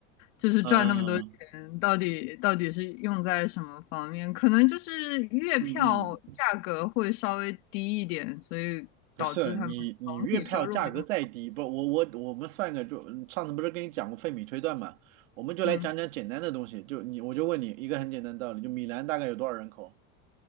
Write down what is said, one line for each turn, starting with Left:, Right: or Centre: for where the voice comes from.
Left: 就是赚那么多钱，
Right: 嗯
Left: 到底到底是用在什么方面？可能就是月票价格会稍微低一点，
Right: 嗯嗯，
Left: 所以导致他们总体收入没那么，
Right: 不是你你月票价格再低，不我我我们算个就嗯上次不是跟你讲过费米推断嘛，我们就来讲讲简单的东西，
Left: 嗯。
Right: 就你我就问你一个很简单的道理，就米兰大概有多少人口？